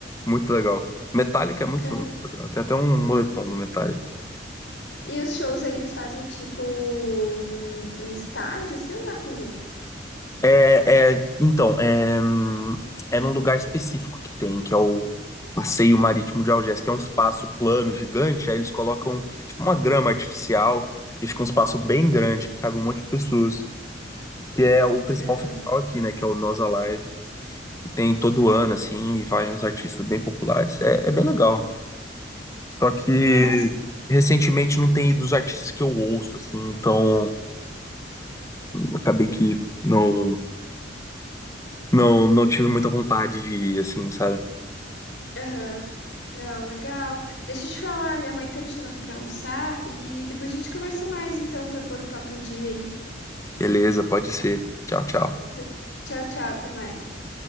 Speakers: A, on the left; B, on the left.
A: Muito legal. Metallica é muito,
B: Cara.
A: muito legal. Tem até um moletom do Metallica.
B: E os shows aí eles fazem tipo hum, em estádio, assim, ou na rua?
A: É, é, então, é, hum, é num lugar específico que tem, que é o Passeio Marítimo de Algés, que é um espaço plano gigante, aí eles colocam tipo, uma grama artificial e fica um espaço bem grande que cabe um monte de pessoas. E é o principal
B: Aham.
A: festival aqui, né, que é o Nós Alive. E tem todo ano, assim, e vai uns artistas bem populares. É, é bem legal. Só que
B: Massa.
A: recentemente não tem ido os artistas que eu ouço, assim, então acabei que não, não, não tive muita vontade de ir, assim, sabe?
B: Aham. Não, legal. Deixa eu te falar, minha mãe tá me chamando pra almoçar e depois a gente conversa mais, então, pra pôr o papo em dia aí.
A: Beleza, pode ser. Tchau, tchau.
B: T- Tchau, tchau, até mais.